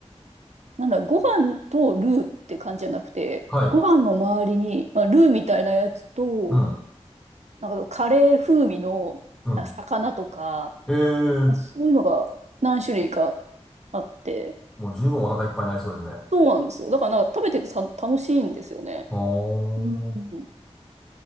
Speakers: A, on the right; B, in the centre.
A: なんだろう、ご飯とルーって感じじゃなくて、
B: はい。
A: ご飯の周りに、まあ、ルーみたいなやつと、
B: うん、
A: なんかカレー風味のなんか魚とか、
B: うん。ええ
A: まあそういうのが何種類かあって、
B: もう十分お腹いっぱいになりそうですね。
A: そうなんですよ。だからなんか食べててさ楽しいんですよね。
B: お
A: うん
B: ー。